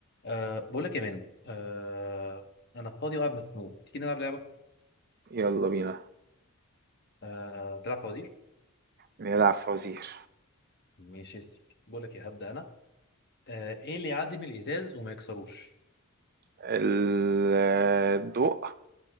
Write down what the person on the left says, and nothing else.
أه بقول لك يا مان أه انا فاضي وقاعد مخنوق تيجي نلعب لعبه
أه تلعب فوازير
ماشي يا سيدي بقول لك يا هبدا انا أه ايه اللي يعدي من الازاز وما يكسروش